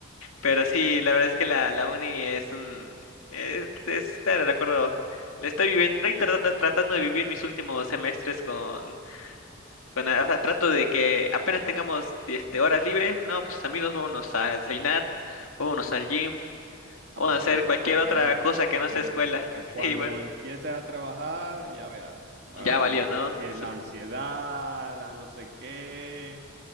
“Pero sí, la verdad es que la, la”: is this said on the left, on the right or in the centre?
Left